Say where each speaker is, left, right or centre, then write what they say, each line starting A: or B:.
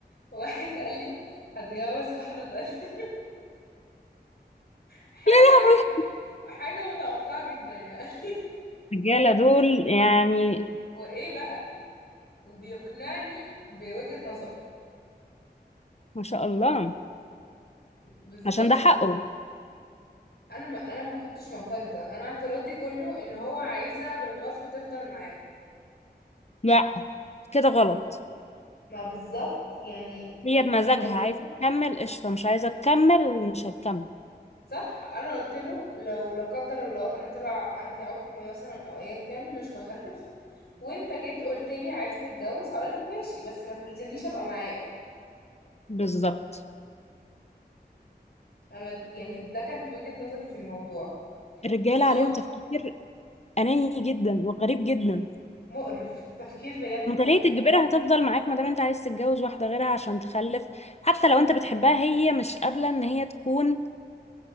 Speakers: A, on the left; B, on the left.
A: واحد قال لي هتجوز واحدة تانية حاجة
B: يا لهوي
A: يعني حاجة متوقعة جدا يعني
B: الرجاله دول يعني
A: <laughs> وإيه بقى وبيقنعني بوجهة نظره
B: ما شاء الله
A: بالظبط
B: عشان ده حقه
A: أنا ما أنا ما كنتش معترضة أنا اعتراضي كله إن هو عايزها بالغصب تفضل معاه
B: لا كده غلط
A: ما بالظبط يعني
B: هي بمزاجها
A: أنا قلت
B: عايزة
A: له
B: تكمل قشطة مش عايزة تكمل مش هتكمل
A: صح أنا قلت له لو لا قدر الله أنا طلع عندي عقم مثلا أو أيا كان مش بخلف وانت جيت قلت لي عايز تتجوز هقولك ماشي بس ما تلزمنيش ابقى معاك
B: بالظبط
A: انا يعني ده كانت وجهة نظري في الموضوع
B: الرجالة
A: بس
B: عليهم
A: هو
B: تفكير أناني جدا وغريب جدا
A: مقرف تفكير بجد
B: انت
A: مقرف
B: ليه تجبرها تفضل معاك ما دام انت عايز تتجوز واحدة غيرها عشان تخلف حتى لو انت بتحبها هي مش قابلة ان هي تكون